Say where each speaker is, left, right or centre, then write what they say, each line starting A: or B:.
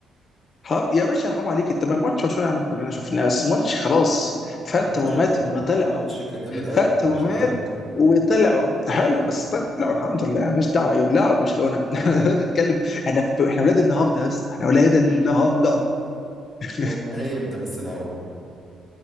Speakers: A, on the left (about 45°); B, in the centre.
A: حرام يا باشا حرام عليك انت ما ماتش برشلونه يا عم كلنا شفناه بس ماتش خلاص فات
B: على
A: ومات
B: فكره
A: وطلع
B: الماتش كان جامد قوي
A: فات
B: بتاع برشلونه
A: ومات
B: ده
A: وطلعوا حلو بس طلعوا الحمد لله مالناش دعوه ايه لعبوا برشلونه <laughs> لا تتكلم احنا
B: <laughs>
A: احنا اولاد النهارده يا اسطى احنا اولاد النهارده <laughs>
B: هو النهائي امتى بس الاول